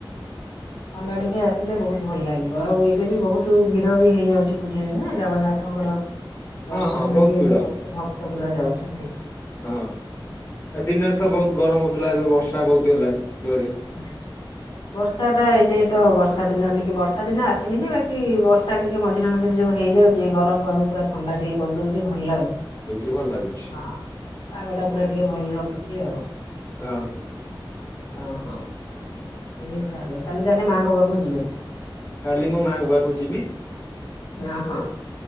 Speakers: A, on the left (about 70°); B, on the left (about 30°).
A: ଥଣ୍ଡା ଟିକେ ଆସିଲେ ବହୁତ୍ ଭଲ ଲାଗିବ ଆଉ ଏବେ ବି ବହୁତୁ ଭିଡ ବି ହେଇଯାଉଚି ପୁରୀରେ ନା ଜଗନ୍ନାଥଙ୍କର ଦର୍ଶନ
B: ହଁ ହଁ
A: ଲାଗି
B: ବହୁତ ଭିଡ଼
A: ଏବେ ବହୁତ ଭକ୍ତ ପୁରା ଯାଉଚନ୍ତି।
B: ହଁ, ଏ ଦିନରେ ତ ବହୁତ୍ ଗରମ ହଉଥିଲା ଏବେ ବର୍ଷା ବହୁତ୍ ହେଲାଣି। ଜୋରେ
A: <inaudible> ବର୍ଷା ଟା ଏନେ ତ ବର୍ଷା ଦିନ ଟିକେ ବର୍ଷା ଦିନ ଆସିନି ଯେ ବାକି ବର୍ଷା ଟିକେ ମଝିରେ ମଝିରେ ଯଉ ହେଇଯାଉ ଚି ଗରମ୍ ପାଗକୁ ପୁରା ଥଣ୍ଡା ଟିକେ କରିଦଉଚି ଭଲ ଲାଗୁଚି ପୁରା।
B: ଭଲ୍ ଲାଗୁଚି।
A: ହଁ ପାଗଟା ପୁରା ଟିକେ ଭଲ ରଖୁଚି ଆଉ।
B: ହଁ।
A: ଓ ହଁ। ଏମିତି ତାହେଲେ କାଲି ତାହେଲେ ମାଙ୍କ ପାଖକୁ ଯିବେ?
B: କାଲି ମୁଁ ମାଆଙ୍କ ପାଖକୁ ଯିବି
A: ଓ -ହଁ